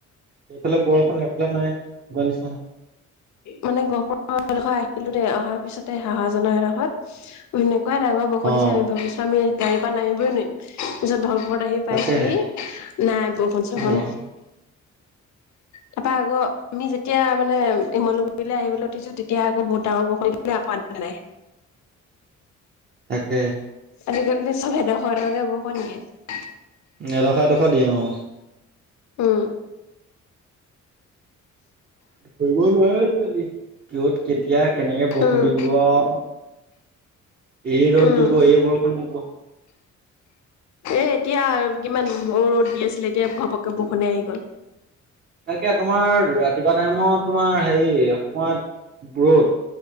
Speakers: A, on the right; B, on the left.
A: এইফালে বৰষুণ এইফালে নাই কোৱানিচিনা
B: মানে গহপুৰৰ এডোখৰ আহিলো দে অহাৰ পিছতে হাহাজানৰ এডখত উইনে কোৱা ডাঙৰ বৰষুণ
A: অ',
B: দিছে আমি ভাবিছো আমি গাড়ী পৰা নামিবই নোৱাৰিম। পিছত ভৱ- ঘৰত আহি পাইছোহি
A: তাকেহে
B: নাই বৰষুন চখন
A: অ',
B: তাপা আকৌ আমি যেতিয়া মানে ইমলু- গুৰিলে আহিবলৈ উঠিছো তেতিয়া আকৌ বহুত ডাঙৰ বৰষুণ দিলে আকৌ ইয়াত নাই।
A: তাকে
B: আজিকালি চব এদখৰ এদখৰ কে বৰষুণ দিয়ে।
A: এডশ এডশ দিয়ে অ
B: উম
A: ধৰিব নোৱাৰে আজি কালি কিহত কেতিয়া কেনেকে বৰষুণ
B: উম,
A: দি দিব আও এই ৰ'দ
B: উম,
A: দিব এই বৰষুণ দিব
B: এ এতিয়া কিমান ৰ'দ দি আছিলে এতিয়া ঘপককে বৰষুণে আহি গ'ল।
A: এনেকে তোমাৰ ৰাতিপুৱা টাইমত তোমাৰ হেৰি সময়ত ৰ'দ।